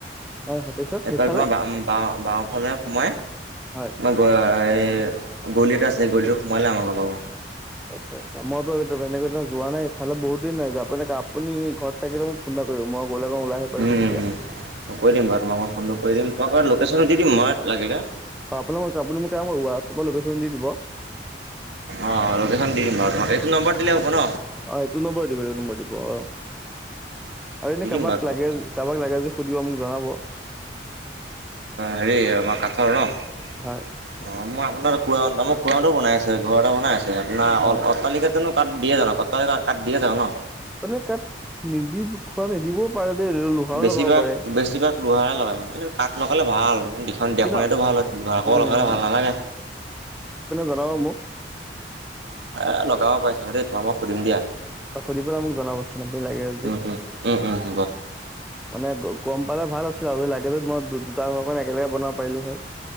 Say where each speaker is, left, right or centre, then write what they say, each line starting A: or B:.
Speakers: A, in the centre; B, on the right.
A: হয় হয় তাৰপিছত
B: এফাল
A: সেইফালে
B: তোমাৰ বা বা বাওঁ হ'লে সোমাই
A: হয়
B: মই এই গলি এটা আছে গলিটো সোমোৱালে আমাক ঘৰ পাব
A: আচ্ছা আচ্ছা মইটো এনেকেত যোৱা নায় ইফালে বহুত দিন নাই যোৱা, এফালে কাপ আপুনি ঘৰত থাকিলে মোক ফোন এটা কৰিব মই গ'লে অকণ ওলাই আহিব পাৰিব
B: উম
A: তেতিয়া
B: কৈ দিম বাৰু তোমাকক ফোনটো কৰি দিম, তোমাক মই লগ লোকেশ্যন টো দিদিম মই লাগিলে।
A: আপোনাকোক আপুনি এ হোৱাটছাপত লোকেচন দি দিব।
B: অ', লোকেশ্যন দি দিম বাৰু এইটো নাম্বাৰত দিলে হ'ব ন?
A: অ এইটো নম্বৰ দিব এইটো নম্বৰ দিব অ। আৰু এনে
B: দি
A: কাৰোবাক
B: দিম বাৰু তোমাক।
A: লাগে কাৰোবাক লাগে যে সুধিব মোক জনাব।
B: হেৰি অ কাঠৰ ন? অ
A: হয়
B: মই আপোনাৰ খুৰাসন্তে মোক খুৰাসন্তে বনাই আছে ঘৰ এটা বনাই আছে, আপোনাৰ
A: হয়
B: অ অটালিকাতেনো তাত দিয়ে জানো কতালিকাত তাত দিয়ে জানো ন?
A: মানে তাত নিদি খোৱা নিদিবও পাৰে দেই লোহাৰ
B: বেছিভাগ
A: লগাব পাৰে।
B: বেছিভাগ লোহাৰে লগায়। এইটো কাঠ লগালে ভাল, দিখন দেখটো
A: কিন্তু
B: ভাল হঘাৰ খব
A: উম
B: লগালে ভাল নালাগে।
A: চলাব মোক
B: এ লগাব পাইছো দেই, তোমাক মই সুধিম দিয়া।
A: অ সুধি পেলাই মোক জনাবচোন আপুনি লাগে যদি,
B: উম, উম, উম, উম, হ'ব।
A: মানে গম পালে ভাল আছিলে আও লাগে যদি মই দুটা ঘৰ মানে একেলগে বনাব পাৰিলো হয়।